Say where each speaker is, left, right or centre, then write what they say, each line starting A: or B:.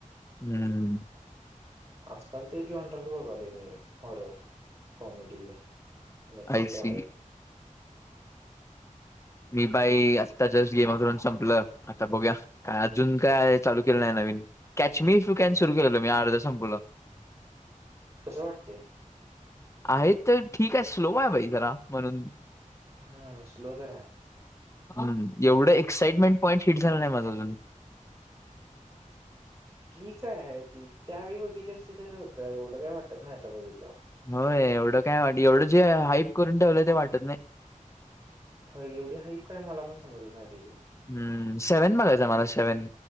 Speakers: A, on the left; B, on the right.
A: हम्म.
B: आजकाल ते जॉन्टरच बघालोय मी हॉरर, कॉमेडी नेक्स्ट
A: आय
B: त्या
A: सी.
B: टाइप.
A: मी बाई आत्ता जस्ट गेमवरून संपलं. आता बघुया काय अजून काय चालू केलं नाही नवीन. कॅचमी तू कॅन्सल केलेलं मी अर्ध संपवलं.
B: कसं वाटतय?
A: आहेत तर ठीक आहे स्लो आहे बाई जरा म्हणून.
B: हम्म स्लो तर हाय.
A: हम्म एवढं एक्साइटमेंट पॉइंट हिट झालं नाही माझ अजून.
B: ठीक आहे ती त्यावेळी बघितली असली तरी होत. एवढं काय वाटत नाही आता बघितल्यावर.
A: होय एवढं काय वाट एवढं जे हाईप करून ठेवलंय ते वाटत नाही.
B: हो एवढी हायक काय मला पण समजल नाही त्याजी.
A: हम्म सेव्हन बघायचं मला सेव्हन,